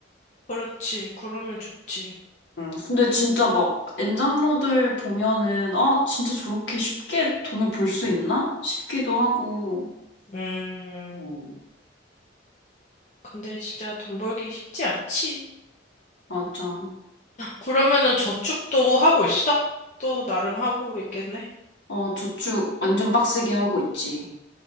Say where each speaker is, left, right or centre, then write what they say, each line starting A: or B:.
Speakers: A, on the left (about 40°); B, on the left (about 70°).
A: 그렇지. 그러면 좋지.
B: 음, 근데 진짜 막 엔잡러들 보면은 아 진짜 저렇게 쉽게 돈을 벌 수 있나? 싶기도 하고.
A: 음,
B: 어,
A: 근데 진짜 돈 벌기 쉽지 않지.
B: 맞아.
A: 그러면은 저축도 하고 있어? 또 나름 하고 있겠네.
B: 어, 저축 완전 빡세게 하고 있지.